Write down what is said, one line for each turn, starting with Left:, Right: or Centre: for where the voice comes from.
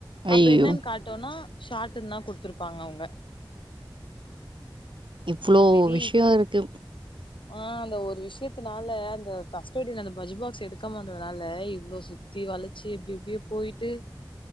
Right: ஐயய்யோ!
Left: அப்ப என்னன் கா ட்டுனா ஷார்ட்ன்தா குடுத்துருப்பாங்க அவுங்க
Right: இவ்ளோ
Left: ஆ பெரி
Right: விஷயம் இருக்கு.
Left: ஆ அந்த ஒரு விஷ்யத்தனால அந்த கஸ்டடில அந்த பஜ் பாக்ஸ எடுக்காம வந்தனால இவ்ளோ சு த்தி வளச்சு எப்டி எப்டியோ போயிட்டு